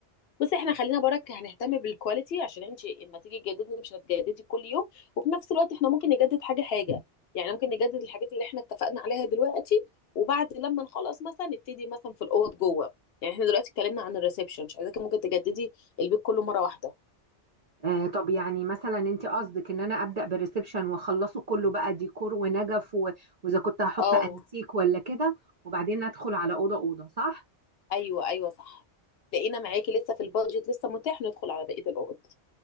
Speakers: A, on the left; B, on the right.
A: بصي احنا خلينا برك هنهتم بالكواليتي عشان انت اما تيجي تجددي مش هتجددي كل يوم وفي نفس الوقت احنا ممكن نجدد حاجه حاجه يعني ممكن نجدد الحاجات اللي احنا اتفقنا عليها دلوقتي وبعد لما نخلص مثلا نبتدي مثلا في الاوض جوه يعني احنا دلوقتي اتكلمنا عن الريسبشن مش عايزاكي ممكن تجددي البيت كله مره واحده
B: آه طب يعني مثلا انت قصدك ان انا ابدا بالريسبشن واخلصه كله بقى ديكور ونجف و- واذا كنت هحط
A: اه
B: انتيك ولا كده وبعدين ادخل على اوضه اوضه صح
A: ايوه ايوه صح لقينا معاكي لسه في البادجت لسه متاح ندخل على بقيه الاوض